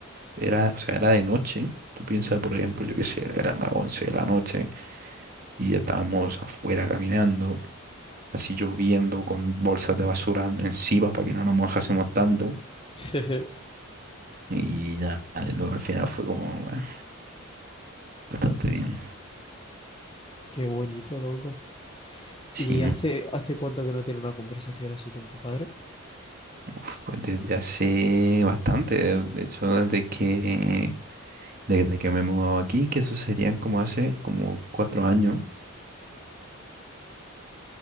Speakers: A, on the right; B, on the left.
A: era, o sea, era de noche. Tú piensas, por ejemplo, yo qué sé, eran las 11 de la noche y ya estábamos afuera caminando, así lloviendo con bolsas de basura encima para que no nos mojásemos tanto.
B: <laughs>
A: Y ya, luego al final fue como, bueno, bastante bien.
B: Qué bonito, loco.
A: Sí,
B: ¿Y hace, hace cuánto que no tiene una conversación así con tu padre?
A: uf, pues desde hace bastante, de hecho, desde que, desde que me he mudado aquí, que eso serían como hace como cuatro años.